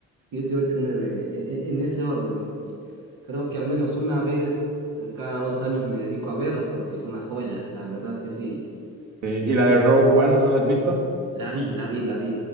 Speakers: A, on the right (about 85°); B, on the right (about 60°).
A: 7, 8, 9, e, e, en ese orden. Y creo que al menos una vez eh, cada dos años me dedico a verlas porque es una joya, la verdad que sí.
B: Sí, ¿Y la de Rogue One no la has visto?
A: La vi, la vi, la vi.